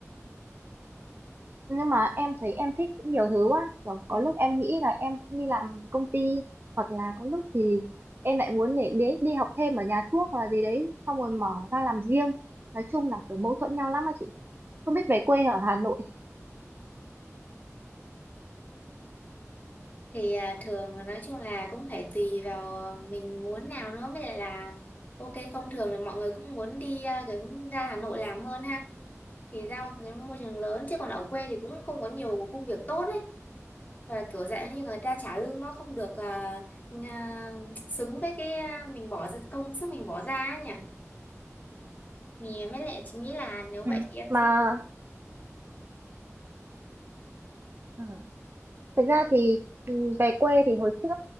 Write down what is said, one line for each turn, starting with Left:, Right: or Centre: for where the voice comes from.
Right: nhưng mà em thấy em thích cũng nhiều thứ quá kiểu có
Left: Ừ.
Right: lúc em nghĩ là em cũng đi làm công ty hoặc là có lúc thì em lại muốn để đi, đi học thêm ở nhà thuốc hoặc là gì đấy xong rồi mở ra làm riêng nói chung là kiểu mâu thuẫn nhau lắm á chị không biết về quê ở Hà Nội
Left: thì à, thường nói chung là cũng phải tùy vào à, mình muốn nào nữa mới lại là ok không thường thì mọi người cũng muốn đi à, cái ra Hà Nội làm hơn ha thì ra một cái môi trường lớn chứ còn ở quê thì cũng không có nhiều công việc tốt ấy và kiểu dạng như người ta trả lương nó không được à, à, xứng với cái à, mình bỏ ra công sức mình bỏ ra ấy nhỉ thì mới lại chị nghĩ là nếu
Right: Ừ.
Left: vậy thì em
Right: mà
Left: sẽ
Right: Ừ. thực ra thì ừ, về quê thì hồi trước